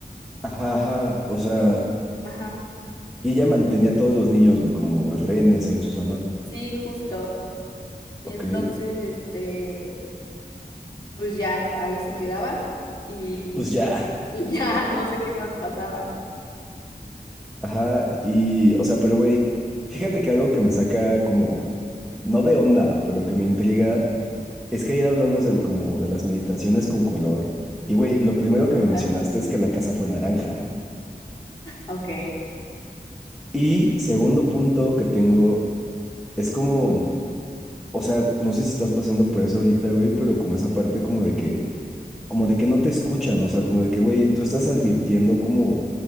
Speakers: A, in the centre; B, on the left.
A: Ajá, ajá. O sea,
B: Y le- Ajá,
A: y ella mantenía a todos los niños, güey, como rehenes ahí en su salón.
B: sí, justo. Y
A: Ok.
B: entonces, este, pues ya ahí se quedaban y,
A: Pues ya.
B: y ya <laughs> no sé qué más pasaba.
A: Ajá. Y, o sea, pero güey, fíjate que algo que me saca como, no de onda, pero que me intriga, es que ayer hablamos de como de las meditaciones con color. Y güey, lo primero
B: Ajá.
A: que me mencionaste es que la casa fue naranja.
B: Ok,
A: Y segundo punto que tengo es como, o sea, no sé si estás pasando por eso ahorita, güey, pero como esa parte como
B: <laughs>
A: de que, como de que no te escuchan, o sea, como de que, güey, tú estás advirtiendo como